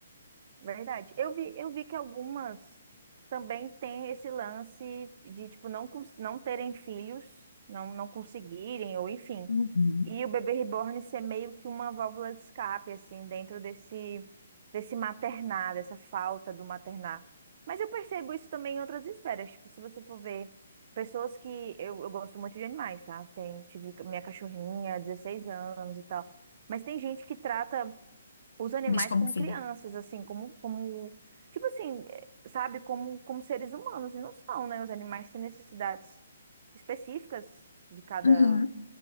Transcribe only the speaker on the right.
Verdade. Eu vi, eu vi que algumas também têm esse lance de, tipo, não, cons- não terem filhos, não, não conseguirem, ou enfim.
E o bebê reborn ser meio que uma válvula de escape, assim, dentro desse, desse maternar, dessa falta do maternar. Mas eu percebo isso também em outras esferas. Tipo, se você for ver pessoas que... Eu, eu gosto muito de animais, tá? Tenho, tive minha cachorrinha, 16 anos e tal. Mas tem gente que trata os animais
como
crianças, assim, como, como, tipo assim, eh, sabe, como, como seres humanos, e não são, né? Os animais têm necessidades específicas de cada